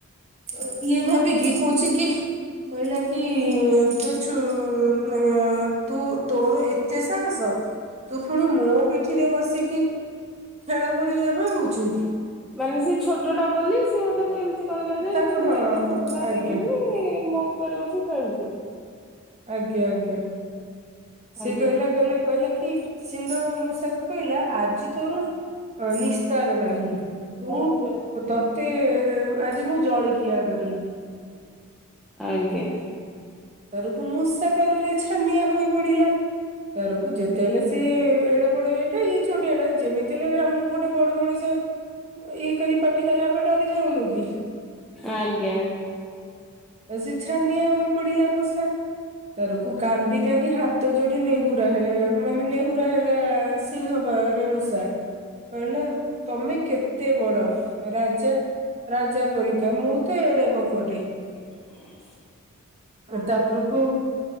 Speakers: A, on the right (about 30°); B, in the centre.
A: ତ ଇଏ ଭାବି କି କହୁଛି କି କହିଲା କି ତୁୁ ଛୁ ଅ ତୋର ଏତେ ସାହସ? ତୁ ପୁଣି ମୋ ପିଠିରେ ବସିକି ଖେଳ ପଡି଼ଆ ଭାବୁଛୁ।
B: ମାନେ ସେ ଛୋଟା ବୋଲି ସି ମ ତାକୁ କହିଲା ଯେ
A: ତାକୁ
B: କି ତୁ
A: ହଁ
B: ଏତେ ଛୋଟଟା ହେଇକିନି
A: ଆଜ୍ଞା
B: ମୋ ଉପରେ ବସି ଖେଳଛୁ।
A: ଆଜ୍ଞା ଆଜ୍ଞା ସିଏ
B: ଆଜ୍ଞା
A: କହିଲା କହିଲା କହିଲା। ସିଂହ ମୂଷାକୁ କହିଲା ଆଜି ତୋର ନିସ୍ତାର ନାହିଁ। ତୁ
B: ଆଜ୍ଞା।
A: ତତେ ଆଜି ମୁଁ ଜଳଖିଆ କରିବି।
B: ଆଜ୍ଞା
A: ଥରକୁ ମୂଷା ଡରରେ ଛାନିଆ ହୋଇ ପଡିଲା। ତରକୁ ଯେତେ ହେଲେ ସିଏ ଏଡେ ବଡ ଇଏଟା, ଇଏ ଛୋଟିଆ ଟା ଯେମିତି ହେଲେ ଆମକୁ ଗୋଟେ ବଡ ମଣିଷ। ଇଏ କରି ପାଟି କଲା ଆମେ ଡରି ଯାଉନୁ କି?
B: ଆଜ୍ଞା
A: ସେ ଛାନଆ ହୋଇ ପ ମୂଷା ଥରକୁ କାନ୍ଦି କାନ୍ଦି ହାତ ଯୋଡି ନେହୁର ମାନେ ନେହ ପା ହେଲା ସିଂହ ପାଖରେ ମୂଷା। କହିଲା ତମେ କେତେ ବଡ଼ ରାଜା। ରାଜା ପରିକା ମୁଁ ତ ଏଡେ଼ ବକଟେ।
B: <inaudible>
A: ତାପରକୁ